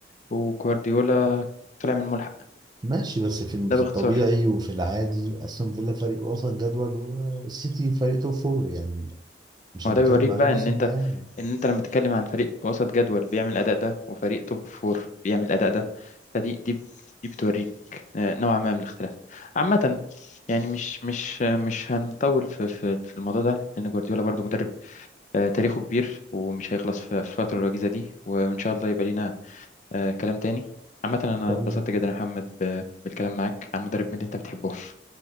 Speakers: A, on the left; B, on the right.
A: وجوارديولا طلع من الملحق
B: ماشي بس في ال-
A: ده
B: في
A: باختصار
B: الطبيعي وفي العادي استون فيلا فريق وسط جدول والسيتي فريق توب فور يعني مش
A: ما
B: هنتكلم
A: هو ده بيوريك
B: عن
A: بقى
B: الموسم
A: ان انت
B: ده يعني
A: ان انت لما تتكلم عن فريق وسط جدول بيعمل الاداء ده وفريق توب فور بيعمل الاداء ده فدي دي دي بتوريك آه، نوعا ما من الاختلاف عامة يعني مش مش آه، مش هنطول في في في الموضوع ده لأن جوارديولا برضو مدرب آه، تاريخه كبير ومش هيخلص في في الفترة الوجيزة دي وإن شاء الله يبقى لينا آه كلام تاني عامة أنا
B: والله
A: اتبسطت جدا يا محمد ب- بالكلام معاك عن مدرب من اللي أنت بتحبه <laughs>